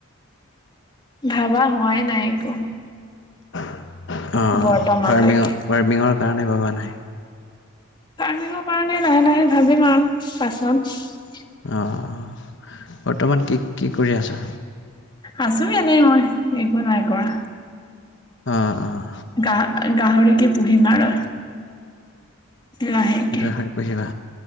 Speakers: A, on the left; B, on the left.
A: ভাবা হোৱাই নাই একো
B: অঁ
A: বৰ্তমানলৈকে
B: ফাৰ্মিঙৰ ফাৰ্মিঙৰ কাৰণে ভবা নাই
A: ফাৰ্মিঙৰ কাৰণে লাহে লাহে ভাবিম আৰু পাছত
B: অঁ বৰ্তমান কি কি কৰি আছা
A: আছো এনেই মই একো নাই কৰা
B: অঁ অঁ
A: গা গাহৰিকে পুহিম আৰু লাহেকে।
B: গাহৰি পোঢ়িবা